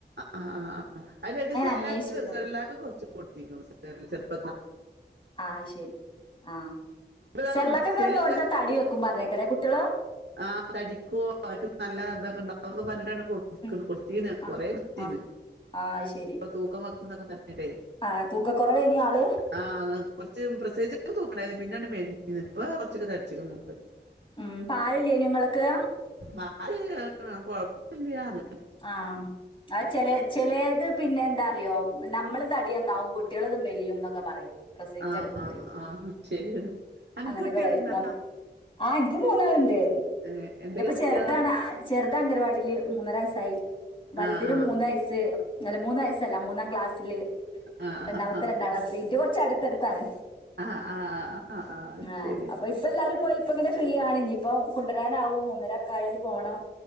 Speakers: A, on the right (about 75°); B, on the left (about 30°).
A: ആഹ് ആഹ് ആഹ് അല്ലടക്ക് സെല്ലാ
B: അന്വേഷിച്ചിരുന്നു
A: സെർല്ലാക്ക് കൊറച്ച് കൊട്ത്തീ ചെറുപ്പ
B: ആഹ് ശരി ആഹ്
A: ദാ
B: സെർളാകൊക്കെ
A: ഇൻസ്റ്റയിലൊക്കെ
B: കൊടുത്ത തടി വെക്കും പറഞ്ഞെക്കല്ലെ കുട്ടീള്
A: ആഹ് തടിക്കോ ഓല്ക്ക് നല്ലതൊക്കെണ്ടാവുന്നൊക്കെ പറഞ്ട്ടാണ് കൊട്ക്ക്ണെ
B: ഉം
A: കൊട്ത്തീന്ന്
B: ആ
A: കൊറേട്ത്തീന്ന്
B: ആ ആ ശരി
A: തൂക്കം വക്കുംന്നൊക്കെ പറ ട്ട
B: ആ തൂക്കക്കുറവേനി ആള്
A: ആഹ് കൊറച്ച് പ്രസയ്ച്ചേക് തൂക്കണ്ടാ പിന്നൺ മെലിഞീന്നു ഇപ്പ കൊറച്ചൊക്കെ തടിച്ച്ക്കുണു
B: ഉം പാലില്ലെയ്നുങ്ങള്ക്ക്
A: മ കൊഴപ്പ്ല്ല്യാറഞു
B: ആഹ് അത് ചെ ചെലേത് പിന്നെന്തറിയൊ ഞമ്മള് തടിന്നാവും കുട്ടി ട്ടീളത് മെലിയുന്നൊക്കെ പറയും പ്രസയ്ച്ചെടുക്ക്മ്പളെ
A: ആ ആ, ആ ശരിയാണ് അനക്ക്
B: അങ്ങനൊക്കെ
A: കുട്ടികളുണ്ടാ
B: പറയും നമ് ആഹ് ഇന്ക്ക് മൂന്നാള്ണ്ട്
A: ഏ, എന്തൊക്കെ
B: ഇന്റെപ്പ
A: കുട്ടികളാ
B: ചെറ്താണ് ചെറുത് അംഗനവാടില് മൂന്നര വയസ്സ് വല്തിന്
A: ആ ആ
B: മൂന്ന് വയസ്സ് അല്ല മൂന്ന് വയസ്സല്ല മൂന്നാം ക്ലാസ്സില്
A: ആ
B: രണ്ടാമത്തെ
A: ആ ആ
B: രണ്ടാം ക്ലാസ് ഇത് കൊറച്ച് അടുത്തട്ത്താണ്
A: ആ ആ ആ ആ ആ
B: ആഹ്,
A: ശരി
B: അപ്പൊ ഇപ്പെല്ലാരും പോയിപ്പങ്ങനെ ഫ്രീയാണ് ഞിപ്പൊ കുണ്ടരാനാവും ഒന്നരക്കയാല് പോണം